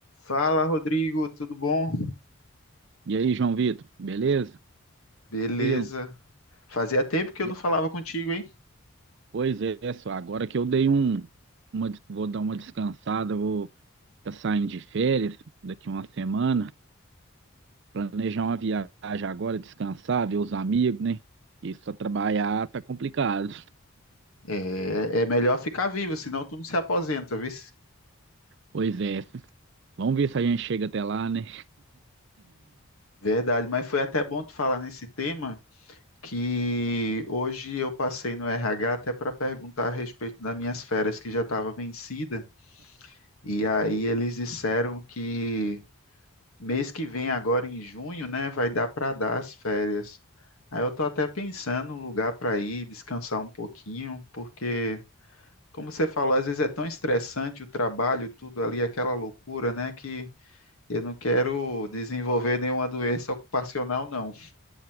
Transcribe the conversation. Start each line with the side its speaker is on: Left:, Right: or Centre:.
Left: Fala, Rodrigo, tudo bom?
Right: E aí, João Vitor, beleza?
Left: Beleza.
Right: Tranquilo?
Left: Fazia tempo que
Right: E-
Left: eu não falava contigo, hein?
Right: Pois é, só agora que eu dei um, uma, des- vou dar uma descansada, vou tá saindo de férias daqui uma semana, planejar uma viagem agora, descansar, ver os amigos, né? E só trabalhar tá complicado.
Left: É, é melhor ficar vivo, senão tu não se aposenta, viu?
Right: Pois é, vamos ver se a gente chega até lá, né?
Left: Verdade, mas foi até bom tu falar nesse tema, que hoje eu passei no RH até para perguntar a respeito das minhas férias que já estava vencida, e aí eles disseram que mês que vem, agora em junho, né, vai dar para dar as férias. Aí eu tô até pensando um lugar para ir descansar um pouquinho, porque Como você falou, às vezes é tão estressante o trabalho, tudo ali, aquela loucura, né? Que eu não quero desenvolver nenhuma doença ocupacional, não.